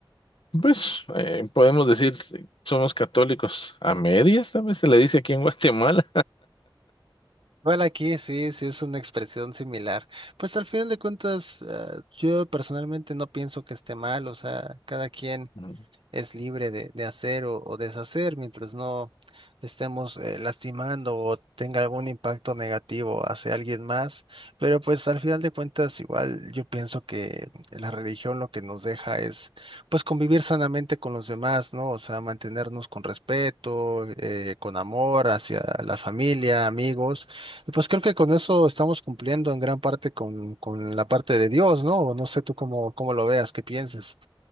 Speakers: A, on the left; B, on the right.
A: pues eh, podemos decir somos católicos a medias, tal vez se le dice aquí en <laughs> Guatemala.
B: Bueno, aquí sí, sí es una expresión similar. Pues al final de cuentas, eh, yo personalmente no pienso que esté mal, o sea, cada quien
A: Mm.
B: es libre de, de hacer o, o deshacer mientras no estemos eh, lastimando o tenga algún impacto negativo hacia alguien más. Pero pues al final de cuentas, igual yo pienso que la religión lo que nos deja es pues convivir sanamente con los demás, ¿no? O sea, mantenernos con respeto, eh, con amor hacia la familia, amigos. Y pues creo que con eso estamos cumpliendo en gran parte con, con la parte de Dios, ¿no? No sé tú cómo, cómo lo veas, qué pienses.